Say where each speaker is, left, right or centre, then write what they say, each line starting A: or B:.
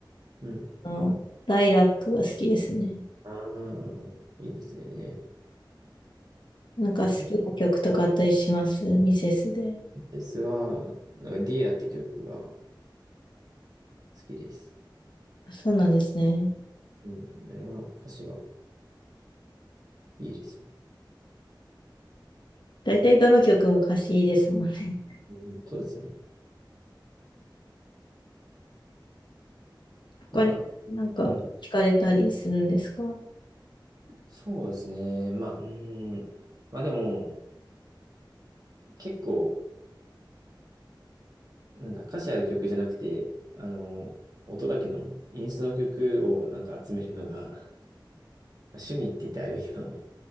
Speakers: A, on the right; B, on the left.
A: うん。
B: あの、ライラックが好きですね。
A: ああ、いいですね。
B: なんか好きな曲とかあったりしますミセスで。
A: はいだですは、なんか、ディアって曲が好きです。
B: そうなんですね。
A: うん、あれは歌詞がいいですね。
B: だいたいどの曲も歌詞いいですもんね。
A: うん、そうですね。
B: <laughs> 他になんか聞かれたりするんですか
A: なんか、うん、そうですね。まあ、うん、まあでも、結構、なんだ、歌詞ある曲じゃなくて、あの、音だけの、インストの曲をなんか集めるのが、<laughs> まあ趣味って言ったらあれだけど、